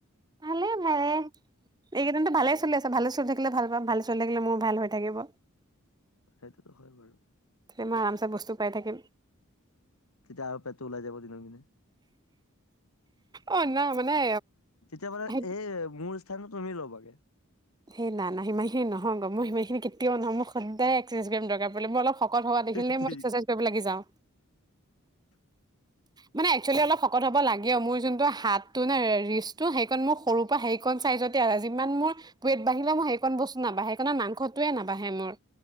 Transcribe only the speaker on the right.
ভালে ভালে। এইকেইদিন টো ভালে চলি আছে, ভালে চলি থাকিলে ভাল পাম। ভালে চলি থাকিলে মোৰ ভাল হৈ থাকিব।
কিমান আৰামছে বস্তু পাই থাকিম।
অ' ন মানে।
সেই
সেই না না সিমান খিনি নহয়গৈ, মই সিমানখিনি কেতিয়াও নহয়, মই সদায় এক্সেচাইজ কৰিম দৰকাৰ পৰিলে মই অলপ শকত হোৱা দেখিলেই
মই এক্সৰেচাইজ কৰিব লাগি যাওঁ।
মানে এক্সেলি অলপ শকত হ'ব লাগে। মোৰ যোনটো হাতটো নে ৰিচটো সেইকণ মোৰ সৰুৰ পৰা হেৰিকণ চাইযতে আছে। যিমান মোৰ ৱেত বাঢ়িলে মই সেইকণ বস্তু নাবঢ়েই, সেইকনত মাংসটোৱে নাবাঢে মোৰ।